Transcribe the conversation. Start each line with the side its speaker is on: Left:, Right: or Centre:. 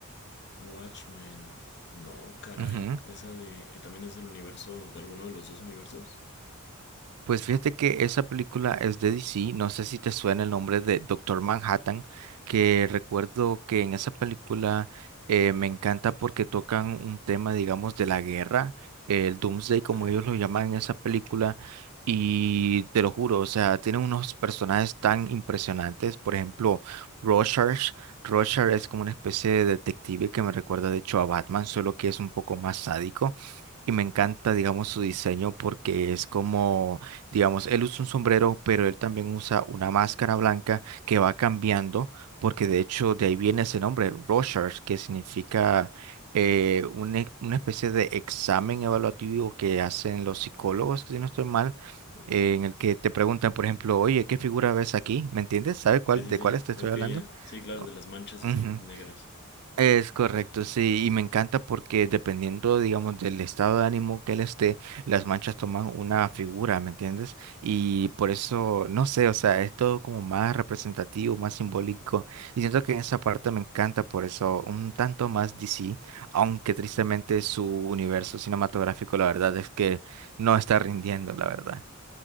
Left: Watchmen. No, caray.
Right: Ujú.
Left: Esa de. eh, ¿También es del universo, de alguno de los dos universos?
Right: Pues fíjate que esa película es de DC, no sé si te suena el nombre de Doctor Manhattan, que recuerdo que en esa película eh, me encanta porque tocan un tema, digamos, de la guerra, el Doomsday, como
Left: Ok,
Right: ellos lo llaman en esa película, y te lo juro, o sea, tienen unos personajes tan impresionantes, por ejemplo, Rorschach, Rorschach es como una especie de detective que me recuerda de hecho a Batman, solo que es un poco más sádico. Y me encanta, digamos, su diseño porque es como, digamos, él usa un sombrero, pero él también usa una máscara blanca que va cambiando, porque de hecho de ahí viene ese nombre, Rorschach, que significa eh, un e- una especie de examen evaluativo que hacen los psicólogos, si no estoy mal,
Left: ok.
Right: eh, en el que te preguntan, por ejemplo, oye, ¿qué figura ves aquí? ¿Me entiendes? ¿Sabe cuál,
Left: Sí, sí,
Right: de
Left: sí.
Right: cuál te estoy
Left: Ok,
Right: hablando?
Left: ya. Sí, claro,
Right: O-
Left: de las manchas
Right: Ujú.
Left: así negras.
Right: Es correcto, sí, y me encanta porque dependiendo, digamos, del estado de ánimo que él esté, las manchas toman una figura, ¿me entiendes? Y por eso, no sé, o sea, es todo como más representativo, más simbólico, y siento que en esa parte me encanta por eso, un tanto más DC, aunque tristemente su universo cinematográfico, la verdad es que no está rindiendo, la verdad.